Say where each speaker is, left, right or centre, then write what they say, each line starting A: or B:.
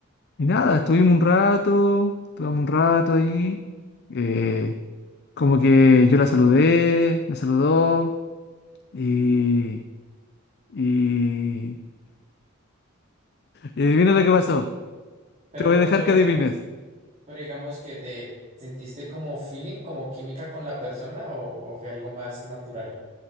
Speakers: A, on the left (about 50°); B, on the right (about 35°).
A: y nada, estuvimos un rato, estuvimos un rato ahí, eh, como que yo la saludé, me saludó y, y, y adivina lo que pasó,
B: Pero,
A: te voy a dejar
B: pero
A: que
B: digamos,
A: adivines.
B: pero digamos que te sentiste como feeling, como química con la persona o, o fue algo más natural.